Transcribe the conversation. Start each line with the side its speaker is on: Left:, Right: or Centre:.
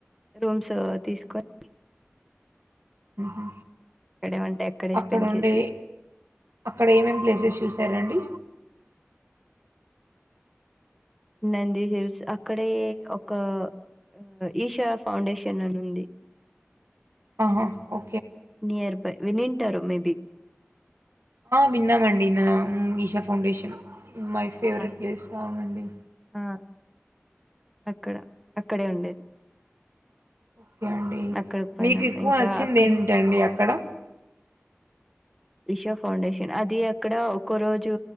Centre: రూమ్స్ తీసుకొని
Right: ఆహా
Centre: అక్కడే ఉంటే అక్కడే
Right: అక్కడ
Centre: స్పెండ్
Right: ఉండి
Centre: చేసి,
Right: అక్కడ ఏమేమి ప్లేసెస్ చూసారండి
Centre: నందిహిల్స్ అక్కడే ఒక ఆ ఈషా ఫౌండేషన్ అని ఉంది
Right: ఆహా ఓ
Centre: నియర్ బై వినింటారు మేబి
Right: విన్నామండి నా ఈషా ఫౌండేషన్ మై ఫేవరెట్
Centre: ఆ!
Right: ప్లేస్ అవునండి
Centre: ఆ! అక్కడ అక్కడే ఉండేది
Right: ఓకే అండి
Centre: అక్కడికి పోయినాం.
Right: మీకు ఎక్కువ
Centre: ఇంకా
Right: నచ్చింది
Centre: అక్కడే
Right: ఏంటండి అక్కడ
Centre: ఇషా ఫౌండేషన్ అది అక్కడ ఒక రోజు